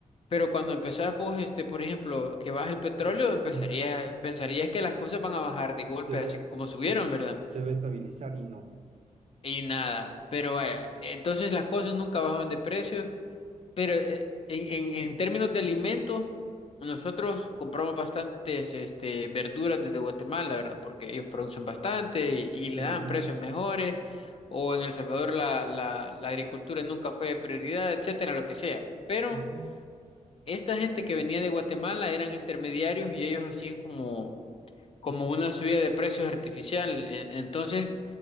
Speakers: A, on the left; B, on the right.
A: Pero cuando empezás vos, este, por ejemplo, que baja el petróleo,
B: <laughs>
A: empezarías, pensarías que las cosas van a bajar de golpe,
B: Se ve,
A: así como subieron,
B: se,
A: ¿verdad?
B: se va a estabilizar y no.
A: Y nada, pero vaya, entonces las cosas nunca bajan de precio Pero eh, en, en- en términos de alimentos, nosotros compramos bastantes este, verduras desde Guatemala, ¿verdad? Porque ellos producen bastante y, y le
B: Muy
A: dan
B: bien,
A: precios
B: muy bien.
A: mejores. O en El Salvador la, la, la agricultura nunca fue prioridad, etcétera, lo que sea. Pero
B: Ajá,
A: esta gente que venía de Guatemala eran intermediarios y ellos hacían como, como una subida de precios artificial. E- Entonces,